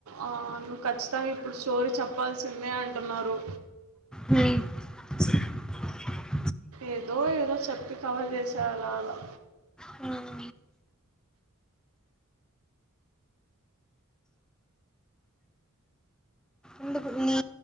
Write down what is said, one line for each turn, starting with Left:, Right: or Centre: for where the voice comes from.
Right: ఆ నువ్వు ఖచ్చితంగా ఇప్పుడు స్టోరీ చెప్పాల్సిందే అన్ టున్నారు
Centre: ఉమ్ <inaudible>
Right: ఏదో ఏదో చెప్పి కవర్ చేస్ టే అలా అలా
Centre: అవు ఎందుకు నీ